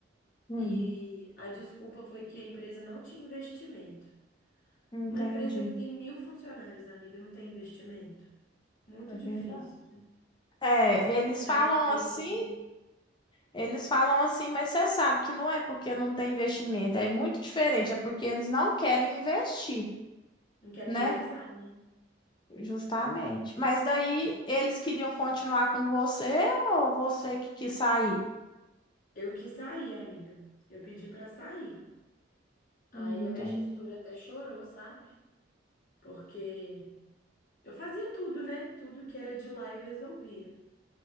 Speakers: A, on the left; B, on the left.
A: Hum,
B: E a desculpa foi que a empresa não tinha investimento.
A: entendi.
B: Uma empresa que tem mil funcionários, amiga, não tem investimento. Muito
A: É verdade.
B: difícil. né?
A: É,
B: 200
A: eles falam
B: reais para você
A: assim,
B: investir,
A: eles falam assim, mas você sabe que não é porque não tem investimento, é muito diferente, é porque eles não querem investir,
B: não quer
A: né?
B: priorizar, né?
A: Justamente. Mas daí eles queriam continuar com você ou você que quis sair?
B: Eu que saí, amiga. Eu pedi para sair.
A: Não
B: Aí
A: entendi.
B: a minha gestora até chorou, sabe? Porque Eu fazia tudo, né? Tudo que era de lá eu resolvia.